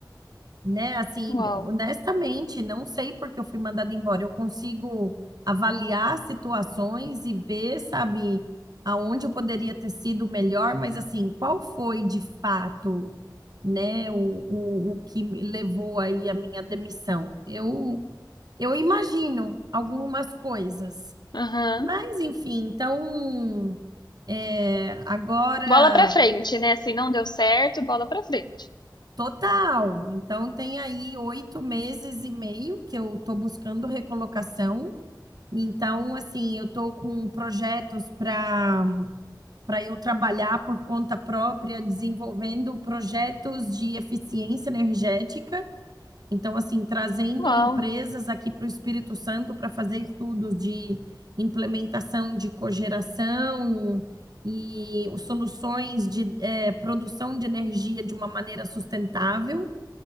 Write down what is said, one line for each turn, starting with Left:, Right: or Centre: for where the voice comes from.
Right: né? Assim,
Left: Uau.
Right: honestamente, não sei porque eu fui mandada embora. Eu consigo avaliar situações e ver, sabe, aonde eu poderia ter sido melhor, mas assim, qual foi de fato, né, o, o, o que me levou aí a minha demissão? Eu, eu imagino algumas coisas,
Left: Aham.
Right: mas enfim, então. É, agora
Left: Bola pra frente, né? Se não deu certo, bola pra frente.
Right: Total. Então, tem aí oito meses e meio que eu estou buscando recolocação. Então, assim, eu estou com projetos para para eu trabalhar por conta própria, desenvolvendo projetos de eficiência energética. Então, assim, trazendo
Left: Uau.
Right: empresas aqui para o Espírito Santo para fazer estudos de implementação de cogeração e soluções de eh, produção de energia de uma maneira sustentável.